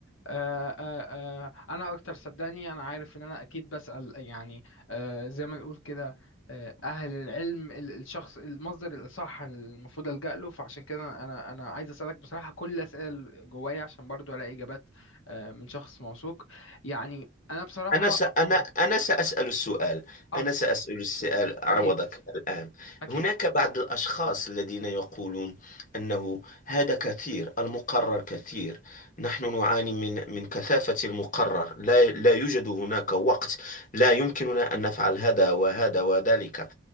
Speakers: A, on the left; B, on the left.
A: آه، آه، آه، انا اكتر صدقني انا عارف ان انا اكيد بسأل يعني آه، زي ما نقول كده آه، اهل العلم ال- الشخص المصدر الاصح المفروض ألجأ له فعشان كده انا انا عايز اسالك بصراحه كل الاسئله اللي جوايا عشان برضو الاقي اجابات آه، من شخص موثوق يعني انا بصراحه
B: أنا س... أنا
A: مم.
B: أنا سأسأل السؤال
A: اه
B: أنا سأسأل السؤال عوضك
A: اكيد
B: الآن
A: اكيد
B: هناك بعض الأشخاص الذين يقولون أنه هذا كثير المقرر كثير نحن نعاني من من كثافة المقرر لا لا يوجد هناك وقت لا يمكننا أن نفعل هذا وهذا وذلك